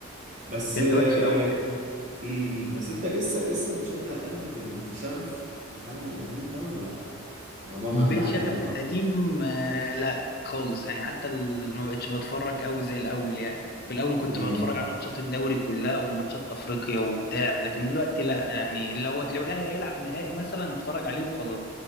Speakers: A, on the right; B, on the left.
A: بس
B: كانت
A: آه،
B: وحشه قوي
A: مم، بس انت لسه لسه بتشجع الاهلي بال- بالشغف بتاعنا القديم ده ولا الموضوع معاك
B: بالشغف
A: بقى عادي دلوقتي
B: القديم آه، لا خالص يعني حتى ال- ما بقتش بتفرج قوي زي الاول يعني في الاول كنت
A: امم
B: بتفرج على ماتشات الدوري كلها وماتشات افريقيا وبتاع لكن دلوقتي لا يعني لو لو الاهلي هيلعب نهائي مثلا اتفرج عليه وخلاص